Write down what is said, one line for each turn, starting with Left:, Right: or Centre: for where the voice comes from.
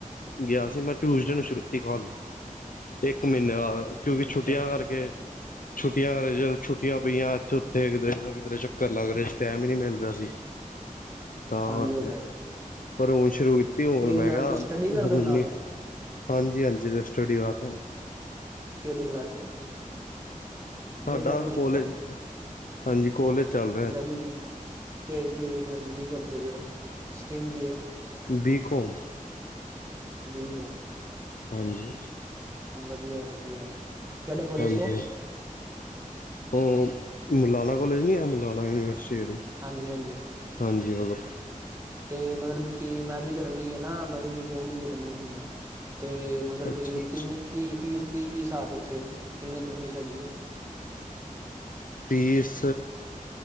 Left: ਗਿਆ ਸੀ ਮੈਂ ਟਿਊਸਡੇ ਨੂੰ ਸ਼ੁਰੂ ਕੀਤੀ ਕਾਲ ਇੱਕ ਮਹੀਨੇ ਕਿਉਂਕਿ
Right: ਅੱਛਾ
Left: ਛੁੱਟੀਆਂ
Right: ਅੱਛਾ
Left: ਕਰਕੇ, ਛੁੱਟੀਆਂ ਕਰਕੇ ਜ ਛੁੱਟੀਆਂ ਪਈਆਂ ਇੱਥੇ-ਉੱਥੇ ਕਿਧਰੇ ਨਾ ਕਿਧਰੇ ਚੱਕਰ ਲੱਗਰੇ ਟੈਮ ਏ ਨੀ ਮਿਲ ਰਿਹਾ ਸੀ। ਤਾਂ
Right: ਹਾਂਜੀ
Left: ਕਰਕੇ,
Right: ਉਹ ਤੇ ਹੈ
Left: ਪਰ ਹੁਣ ਸ਼ੁਰੂ ਕੀਤੀ ਹੁਣ
Right: ਤੇ ਨਾਲ
Left: ਮੈਂ ਕਿਹਾ
Right: ਤੁਸੀਂ ਸਟੱਡੀ ਕਰਦੇ
Left: ਹੁਣ
Right: ਹੋ ਨਾਲ
Left: ਨੀ। ਹਾਂਜੀ-ਹਾਂਜੀ ਫੇਰ ਸਟੱਡੀ ਕਰ ਰੇਓ?
Right: ਕਿਹੜੀ ਕਲਾਸ 'ਚ,
Left: ਸਾਡਾ
Right: ਜਾਂ ਗ੍ਰੈਜੂਏਸ਼ਨ
Left: ਕੋਲਜ
Right: ਕਰ ਰੇਓ?
Left: ਹਾਂਜੀ ਕੋਲੇਜ ਚਲ
Right: ਗ੍ਰੈਜੂਏਸ਼ਨ ਕਰ, ਕੇ ਕੀ ਮਤਲਬ ਕੀ ਕਰਦੇ ਪੇਓ, ਸਟ੍ਰੀਮ ਕੀ ਐ?
Left: ਬੀ ਕੌਮ,
Right: ਬੀ
Left: ਹਾਂਜੀ
Right: ਹ ਵਧੀਆ- ਵਧੀਆ ਕਿਹੜੇ ਕੋਲਜ
Left: ਹਾਂਜੀ-
Right: ਤੋਂ?
Left: ਹਾਂਜੀ ਉਹ ਮੁਲਾਣਾ ਕੌਲਜ ਨਹੀਂ ਹੈ। ਮੁਲਾਣਾ ਯੂਨੀਵਰਸਿਟੀ
Right: ਹਾਂਜੀ -ਹਾਂਜੀ
Left: ਹਾਂਜੀ ਹੋਰ
Right: ਤੇ ਮਤਲਬ ਕਿ ਮੈਂ ਵੀ ਕਰਨੀ ਆ ਨਾ ਮੈਂ ਵੀ ਬੀ- ਕੌਮ ਕਰਨੀ ਹੁਣ ਤੇ ਮਤਲਬ
Left: ਅੱਛਾ
Right: ਕਿ
Left: ਅੱਛਾ
Right: ਕਿੰਨੀ ਕੁ ਫੀਸ ਦੀ ਕੀ ਹਿਸਾਬ ਉੱਥੇ ਕਿੰਨਨੀ ਕੁ ਫੀਸ ਹੈਗੀ ਹੈ
Left: ਫੀਸ